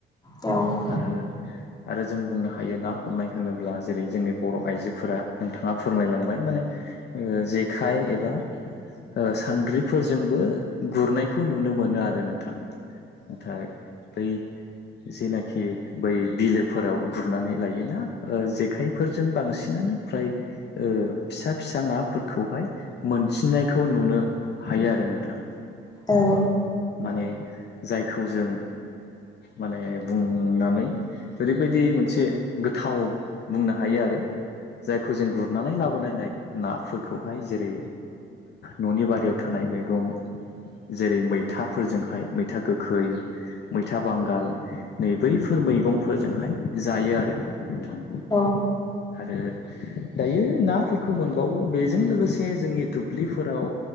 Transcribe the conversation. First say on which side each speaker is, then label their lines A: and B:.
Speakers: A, on the left; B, on the left.
A: औ
B: आरो आरो जों बुंनो हायो ना हमनाय होनोब्ला जेरै जोंनि बर' आइजोफोरा नोंथाङा फोरमायलांबाय माने जेखाइ एबा सानद्रिफोरजोंबो गुरनायखौ नुनो मोनो आरो नोंथां नाथाय बै जेनाखि खि बै बिलोफोराव गुरनानै लायोना जेखाइफोरजों बांसिनानो फ्राय फिसा फिसा नाफोरखौहाय मोनसिननायखौ नुनो हायो आरो नोंथां
A: औ
B: माने जायखौ जों माने बुंनानै ओरैबायदि मोनसे गोथाव बुंनो हायो आरो जायखौ जों गुरनानै लाबोनायनाय नाफोरखौहाय जेरै न'नि बारियाव थानाय मैगं जेरै मैथाफोरजोंहाय मैथा गोखै मैथा बांगाल नै बैफोर मैगंफोरजोंहाय जायो आरो नोंथां
A: औ
B: आरो दायो नाफोरखौ मोनबावो बेजों लोगोसे जोंनि दुब्लिफोराव